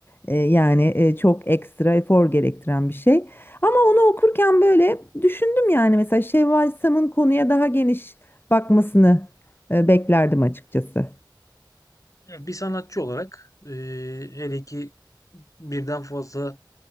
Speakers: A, on the left (about 25°); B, on the left (about 40°).
A: e, yani e, çok ekstra efor gerektiren bir şey. Ama onu okurken böyle düşündüm yani mesela Şevval Sam'ın konuya daha geniş bakmasını e, beklerdim açıkçası.
B: Ya Bir sanatçı olarak e, hele ki birden fazla